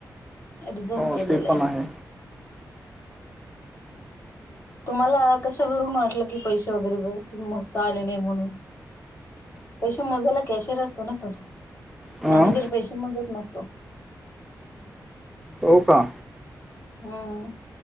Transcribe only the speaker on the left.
रीझाईन
केलेले.
तुम्हाला कसं करून वाटलं की पैसे वगैरे मस्त आले नाही म्हणून पैसे मोजायला कॅशर असतो ना सर
मॅनेजर पैसे मोजत नसतो.
हम्म